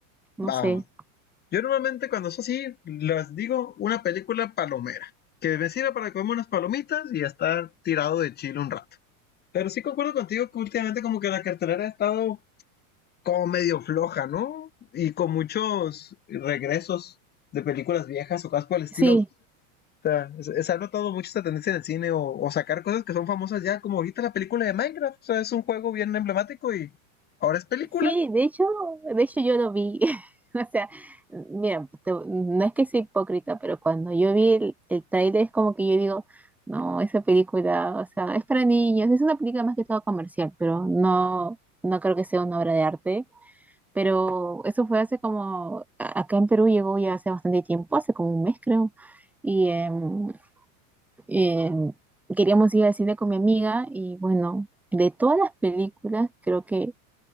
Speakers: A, in the centre; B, on the left.
A: no
B: vamos.
A: sé.
B: Yo normalmente cuando es así, les digo una película palomera, que me sirva para comer unas palomitas y estar tirado de chile un rato. Pero sí concuerdo contigo que últimamente como que la cartelera ha estado como medio floja, ¿no? Y con muchos regresos de películas viejas o cosas por el estilo.
A: Sí,
B: O sea, se- se ha notado mucho esta tendencia en el cine o, o sacar cosas que son famosas ya, como ahorita la película de Minecraft. O sea, es un juego bien emblemático y ahora es película.
A: Sí, de hecho, de hecho yo lo vi. <laughs> O sea, mira, te- no es que sea hipócrita, pero cuando yo vi el, el tráiler es como que yo digo, no, esa película, o sea, es para niños, es una película más que todo comercial, pero no, no creo que sea una obra de arte. Pero eso fue hace como, a- acá en Perú llegó ya hace bastante tiempo, hace como un mes creo, y em, em, queríamos ir al cine con mi amiga y bueno, de todas las películas creo que